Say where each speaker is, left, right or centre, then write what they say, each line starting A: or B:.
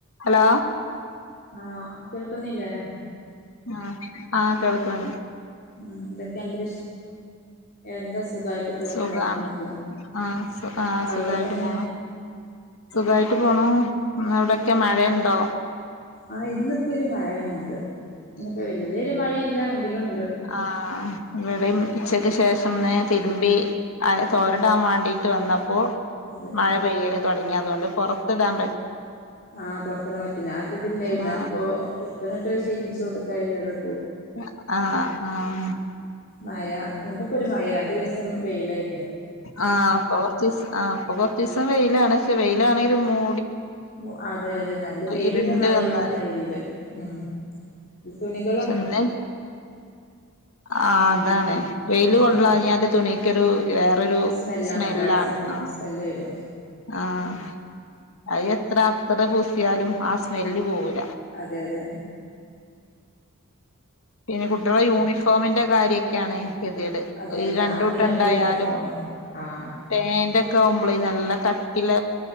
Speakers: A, on the left; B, on the left.
A: Hello
B: ആഹ കേൾക്കുന്നില്ലേ
A: ആ ആഹ കേൾക്കണ്ട്
B: ഉ ഇതൊക്കെ എന്ത എന്താ സുഖായിട്ട് പോണ
A: സുഖാണ്
B: കൊഴപ്പൊന്നുമില്ല
A: ആ സു ആ
B: അവിടെൊക്കെ
A: സുഖായിട്ട്
B: എങ്ങനെ
A: പോണു സുഖായിട്ട് പോണ ഇവിടെക്കെ മഴയണ്ടോ
B: ആഹ ഇന്നക്ക ഒരു മയനുണ്ട് ഇപ്പ വല്യൊരു മഴയില്ല ങ്കിലുംണ്ട്
A: ആഹ ഇവിടെ ഉച്ചക്ക് ശേഷം തിരുമ്പി തോരിടാൻ വേണ്ടിയിട്ട് വന്നപ്പോൾ
B: അതെ
A: മഴ പൈ എ തുടങ്ങിയ അതുകൊണ്ട് പുറത്ത് ഡാം
B: ആഹ് പുറത്തെട പറ്റുന്ന ആട്ടില്ലായിുന്ന
A: ആ
B: അപ്പൊ ഇപ്പ എന്നിട്ട് ചോട്ട് കഴിയടോ
A: ആഹ ആഹ
B: മഴ ഇന്നിപ്പോ ഒരു മഴ രണ്ടു ദിവസം വെയിലായി
A: ആ ഇപ്പോകുറച്ച് ദിവസ ആ ദിവസം വെയിലാണ് വെയിലാണെങ്കിൽ മൂ
B: വൊ അതെ അതെ നല്ല വെയിലല്ല
A: ഇരുണ്ട്
B: മഴയില്ലാന്ന
A: വന്നാല്
B: എന്ന വെയിലില്ല ഉം തുണിക്
A: പിന്ന ആ അതാണ് വെയില്
B: ആഹ്
A: കൊള്ളളാഞ്ഞാൽ തൂണികരൂ വേറൊരു
B: ഒരു
A: സ്മെല്ലാണ്
B: ബാഡ് സ്മെൽ
A: ആഹ
B: സ്മെല്ല് വരും
A: ആഹ അത് എത്ര അത്ര പൂസിയാലും ആ സ്മെല്ല് പോകും
B: അതെ അതെ
A: പിന്നെ കുട്ടികളുടെ യൂണിഫോമിന്റെ കാര്യൊക്കെയാണ് ഗതിട്
B: അതെ
A: ഈ
B: അതെ
A: രണ്ട
B: ആകെ
A: കൂട്ടം
B: രണ്ട്
A: ഉണ്ടായാലും
B: യൂണിഫോമ ആഹ്
A: പെറ്റ ആവുമ്പോള നല്ല കട്ടില